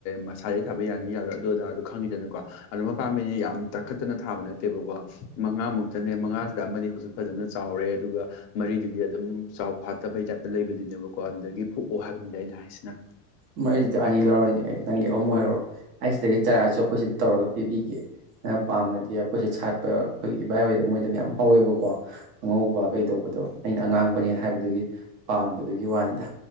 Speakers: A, on the left; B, on the right.
A: ꯃꯁꯥꯗꯩ ꯊꯥꯕ ꯌꯥꯅꯤ ꯌꯥꯔꯣꯏ ꯑꯗꯨ ꯑꯗꯥ ꯈꯪꯉꯤꯗꯅꯀꯣ ꯑꯗꯨ ꯃꯄꯥꯝꯕꯤꯗꯤ ꯌꯥꯝ ꯇꯛꯈꯠꯇꯅ ꯊꯥꯕ ꯅꯠꯇꯦꯕꯀꯣ ꯃꯉꯥ ꯃꯨꯛꯇꯅꯦ ꯃꯉꯥꯁꯤꯗ ꯑꯃꯗꯤ ꯍꯧꯖꯤꯛ ꯐꯖꯅ ꯆꯥꯎꯔꯦ ꯑꯗꯨꯒ ꯃꯔꯤꯗꯨꯗꯤ ꯑꯗꯨꯝ ꯆꯥꯎ ꯐꯥꯠꯇꯕꯩ ꯇꯥꯏꯞꯇ ꯂꯩꯕꯗꯨꯅꯦꯕꯀꯣ ꯑꯗꯨꯗꯒꯤ ꯄꯣꯛꯑꯣ ꯍꯥꯏꯕꯅꯤꯗ ꯑꯩꯅ ꯍꯥꯏꯁꯤꯅ
B: ꯃꯔꯤꯗꯨꯗꯒꯤ ꯑꯅꯤ ꯂꯧꯔꯅꯤ ꯑꯩ ꯅꯪꯒꯤ ꯑꯍꯨꯝ ꯑꯣꯏꯍꯩꯔꫭ ꯑꯩ ꯁꯤꯗꯒꯤ ꯆꯔꯥꯁꯨ ꯑꯩꯈꯣꯏ ꯁꯤꯗ ꯇꯧꯔꯒ ꯄꯤꯕꯤꯒꯦ ꯅꯪ ꯄꯥꯝꯃꯗꯤ ꯑꯩꯈꯣꯏꯁꯦ ꯁꯥꯠꯄ ꯑꯩꯈꯣꯏꯒꯤ ꯏꯕꯥꯏ ꯍꯣꯏꯗ ꯃꯣꯏꯗ ꯃꯌꯥꯝ ꯍꯧꯋꯦꯕꯀꯣ ꯑꯉꯧꯕ ꯀꯩꯗꯧꯕꯗꯣ ꯑꯩꯅ ꯑꯉꯥꯡꯕꯅꯦ ꯍꯥꯏꯕꯗꯨꯒꯤ ꯄꯥꯝꯕꯗꯨꯒꯤ ꯋꯥꯅꯤꯗ